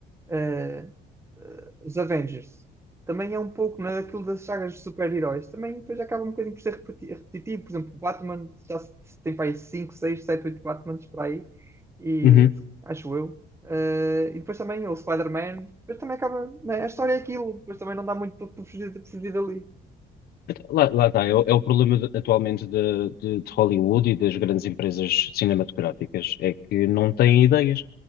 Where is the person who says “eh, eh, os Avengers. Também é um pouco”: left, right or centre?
Right